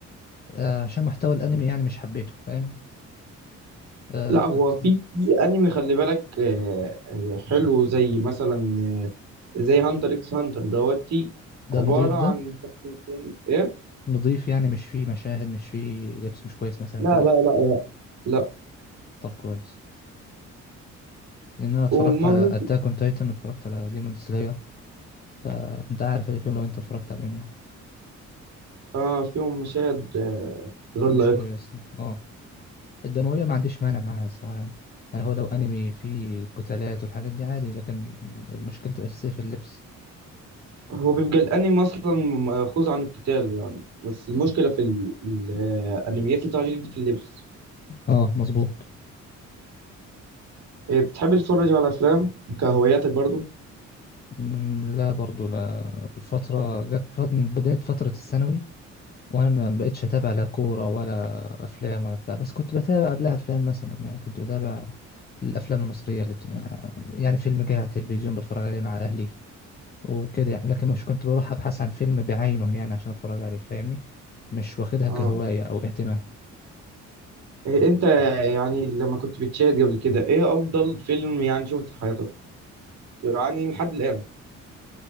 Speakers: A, on the left; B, on the right.
A: آه، عشان محتوى الانمي يعني مش حبيته فاهم آه
B: لا
A: كنت
B: هو في في انمي خلي بالك آه، حلو زي مثلا زي هانتر اكس هانتر دوتي
A: ده
B: عبارة
A: نضيف
B: عن
A: ده
B: شخصيتين ايه
A: نضيف يعني مش فيه مشاهد مش فيه لبس مش كويس مثلا
B: لا
A: كده
B: لا لا لا لا
A: طب كويس لان انا اتفرجت
B: وما
A: على
B: ممكن
A: اتاك اون تايتن واتفرجت على ديمون سلاير فانت عارف اللي فيهم لو انت اتفرجت عليهم يعني
B: اه فيهم مشاهد آه، غير
A: مش
B: لائقة
A: كويس اه الدمويه ما عنديش مانع معاها الصراحه يعني يعني هو لو انمي فيه قتالات والحاجات دي عادي لكن المشكله الاساسيه في اللبس
B: هو بيبقى الانمي اصلا مأخوذ عن القتال يعني بس المشكله في ال- ال- الانميات اللي طالعه جديد دي في اللبس
A: اه مظبوط
B: إيه، بتحب تتفرج على افلام كهواياتك برضو
A: مم، لا برضو لا الفتره جت ف- من بدايه فتره الثانوي وانا ما بقتش اتابع لا كوره ولا افلام ولا بتاع بس كنت بتابع قبلها افلام مثلا يعني كنت بتابع الافلام المصريه اللي بت... يعني فيلم جه على التلفزيون بتفرج عليه مع اهلي وكده يعني لكن مش كنت بروح ابحث عن فيلم بعينه يعني عشان اتفرج عليه فاهمني مش واخدها
B: اه
A: كهوايه او اهتمام
B: إيه انت يعني لما كنت بتشاهد قبل كده ايه افضل فيلم يعني شفته في حياتك يعني لحد الان